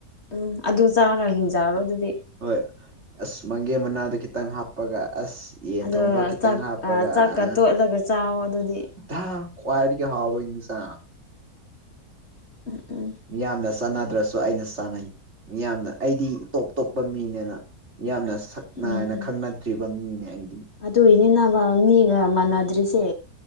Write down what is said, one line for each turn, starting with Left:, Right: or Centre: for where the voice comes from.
Left: ꯎꯝ ꯑꯗꯨ ꯆꯥꯔ ꯍꯤꯡꯖꯥꯔꯣ ꯑꯗꯨꯗꯤ
Right: ꯍꯣꯏ ꯑꯁ ꯃꯪꯒꯦ ꯃꯅꯥꯗ ꯈꯤꯇꯪ ꯍꯥꯞꯄꯒ ꯑꯁ ꯌꯦꯟ
Left: ꯑꯗꯣ
Right: ꯊꯣꯡꯕ ꯈꯤꯇꯪ
Left: ꯆꯥꯛ
Right: ꯍꯥꯞꯄꯒ
Left: ꯆꯥꯛꯀ
Right: ꯑ
Left: ꯇꯣꯠꯂꯒ ꯆꯥꯎ ꯑꯗꯨꯗꯤ
Right: ꯍ ꯀꯋꯥꯏꯔꯗꯒꯤ ꯍꯕ ꯏ ꯃꯤꯁ
Left: ꯎꯝ ꯎꯝ
Right: ꯃꯤꯌꯥꯝꯅ ꯆꯥꯟꯅꯗ꯭ꯔꯁꯨ ꯑꯩꯅ ꯆꯥꯟꯅꯩ ꯌꯥꯝꯅ ꯑꯩꯗꯤ ꯇꯣꯞ ꯇꯣꯞꯄ ꯃꯤꯅꯦꯅ ꯌꯥꯝꯅꯛ ꯅꯥꯏꯅ
Left: ꯎꯝ ꯎꯝ
Right: ꯈꯪꯅꯗ꯭ꯔꯤꯕ ꯃꯤꯅꯦ ꯑꯩꯗꯤ
Left: ꯑꯗꯨꯏꯅꯤꯅꯕ ꯃꯤꯒ ꯃꯥꯟꯅꯗ꯭ꯔꯤꯁꯦ